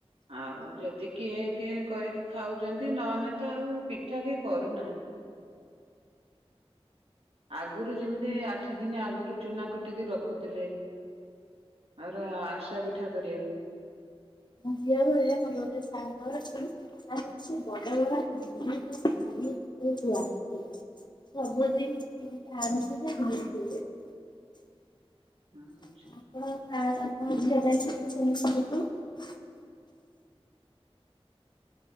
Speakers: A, on the right; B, on the left.
A: ଆଉ ଯଦି କିଏ କିଏ କରିକି ଖାଉଚନ୍ତି ନହେଲେ ତ ଆଉ ପିଠା କେ କରୁନାହାନ୍ତି ଆଗରୁ ଯେମିତି ଆଠ ଦିନ ଆଗରୁ ଚୁନା କୁଟିକି ରଖୁଥିଲେ ଆର ଆରସା ପିଠା କରିବାକୁ।
B: <unintelligible> <unintelligible>
A: ଆଛା।
B: <unintelligible>